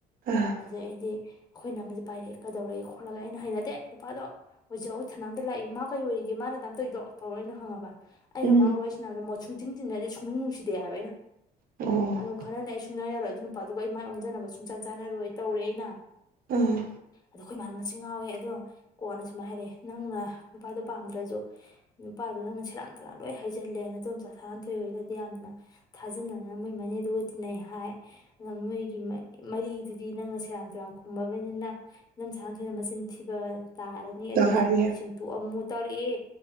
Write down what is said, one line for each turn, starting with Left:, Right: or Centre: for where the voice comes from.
Right: ꯑꯥ
Left: ꯑꯗꯩ ꯑꯩꯗꯤ ꯑꯩꯈꯣꯏ ꯏꯅꯝꯃꯖꯦ ꯄꯥꯏꯔꯛꯑꯦ ꯀꯩꯗꯧꯔꯒꯦ ꯈꯣꯠꯂꯒꯩꯅ ꯑꯩꯅ ꯍꯩꯅꯗꯦ ꯅꯨꯄꯥꯗꯣ ꯑꯣꯏꯖ ꯑꯣꯏꯊꯅꯥꯝꯗ ꯂꯥꯛꯏ ꯃꯥ ꯀꯩ ꯑꯣꯏꯔꯤꯒꯦ ꯃꯥꯅ ꯑꯗꯥꯝ ꯇꯧꯏꯗꯣ ꯇꯧꯔ ꯑꯩꯅ ꯈꯪꯉꯕ ꯑꯩꯒ
Right: ꯎꯝ
Left: ꯃꯥꯒ ꯋꯥꯔꯤ ꯁꯥꯟꯅꯕꯗ ꯃꯣꯠ ꯁꯨꯡ ꯇꯤꯟ ꯇꯤꯟꯅꯗꯦ ꯁꯨꯡꯅꯨꯡ ꯅꯨꯡꯁꯤꯗꯦ ꯍꯥꯏꯕ ꯑꯩꯅ
Right: ꯑꯣ
Left: ꯑꯗꯨꯝ ꯈꯠꯅꯅꯤ ꯑꯩ ꯁꯨꯡ ꯁꯨꯡꯌꯥ ꯌꯥꯔꯣꯏ ꯑꯗꯨ ꯅꯨꯄꯥꯗꯨꯒ ꯑꯩ ꯃꯥꯏ ꯑꯣꯟꯖꯟꯅꯕ ꯁꯨꯡꯆꯥꯟ ꯆꯥꯟꯅꯔꯣꯏ ꯇꯧꯔꯦ ꯑꯩꯅ
Right: ꯎꯝ
Left: ꯑꯗꯣ ꯑꯩꯈꯣꯏ ꯃꯥꯅ ꯃꯁꯤ ꯉꯥꯎꯋꯦ ꯑꯗꯣ ꯀꯣꯟꯅ ꯁꯨꯃꯥꯏ ꯍꯥꯏꯔꯛꯑꯦ ꯅꯪꯅ ꯅꯨꯄꯥꯗꯣ ꯄꯥꯝꯗ꯭ꯔꯖꯨ ꯅꯨꯄꯥꯗꯨꯗ ꯅꯪꯅ ꯁꯦꯔꯥꯟ ꯇꯨꯔꯥꯟ ꯂꯣꯏ ꯍꯥꯏꯖꯤꯜꯂꯦ ꯅꯗꯣꯝꯆꯥ ꯁꯥꯟꯅꯊꯣꯏ ꯍꯣꯏꯒꯗꯤ ꯌꯥꯝꯅ ꯊꯥꯖꯅꯅ ꯃꯣꯏ ꯃꯅꯦꯗꯨꯒ ꯇꯤꯟꯅꯩ ꯍꯥꯏ ꯑ ꯃꯣꯏꯒꯤ ꯃ ꯃꯔꯤꯗꯨꯗꯤ ꯅꯪꯅ ꯁꯦꯔꯥꯟ ꯇꯨꯔꯥꯟ ꯈꯨꯝꯃꯕꯅꯤꯅ ꯅꯝ ꯁꯥꯟꯊꯣꯏꯅ ꯃꯆꯤꯟ ꯊꯤꯕ ꯇꯥꯔꯅꯤ
Right: ꯇꯍꯥꯔꯤ
Left: ꯑꯗꯨꯗꯗꯤ ꯅꯪ ꯁꯦꯡꯇꯣꯛꯑꯝꯃꯨ ꯇꯥꯔꯤꯌꯦ